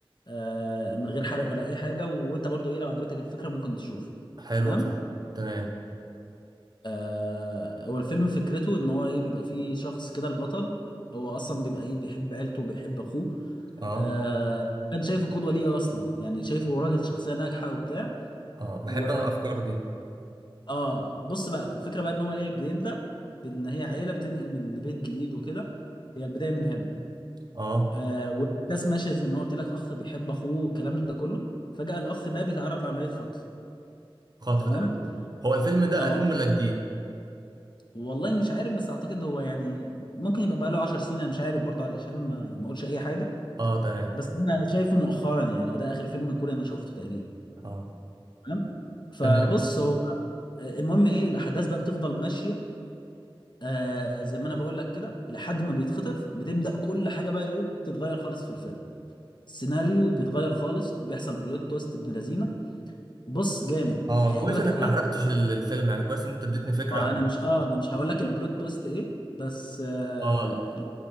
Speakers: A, on the left (about 55°); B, on the right (about 45°).
A: آه، من غير حرق ولا اي حاجة وانت برضو ايه لو عجبتك الفكرة ممكن تشوفه
B: حلو
A: تمام
B: يا صاحبي تمام
A: آه، هو الفيلم فكرته ان هو ايه بيبقى فيه شخص كده البطل هو اصلا بيبقى ايه بيحب عيلته وبيحب اخوه
B: اه
A: آه، كان شايفه قدوة ليه اصلا يعني شايفه راجل شخصية ناجحة وبتاع
B: اه بحب
A: و
B: انا الافكار دي
A: اه بص بقى الفكره بقى ان هو ايه بيبدا بان هي عيله بتنقل من لبيت جديد وكده هي البدايه من هنا
B: اه
A: آه والاحداث ماشيه زي ما قلت لك اخ بيحب اخوه الكلام ده كله فجاه الاخ ده بيتعرض لعمليه خطف
B: خطف
A: تمام
B: تمام هو الفيلم ده
A: اه
B: قديم ولا جديد
A: والله مش عارف بس اعتقد هو يعني ممكن يبقى بقى له 10 سنين انا مش عارف برضه علشان ما ما اقولش اي حاجه
B: اه تمام
A: بس انا شايفه مؤخرا يعني وده اخر فيلم كوري انا شفته تقريبا
B: اه
A: تمام فبص
B: تمام
A: هو آه، المهم ايه الاحداث بقى بتفضل ماشيه آه زي ما انا بقول لك كده لحد ما بيتخطف بتبدأ كل حاجة بقى ايه تتغير خالص في الفيلم السيناريو بيتغير خالص بيحصل بلوت تويست ابن لذينه بص جامد
B: اه
A: هيعجبك
B: كويس انك
A: قوي
B: ما حرقتش ال- الفيلم يعني كويس ان انت اديتني فكره
A: آه
B: عن ال-
A: انا مش اه انا مش هقول لك البلوت تويست ايه بس آه
B: اه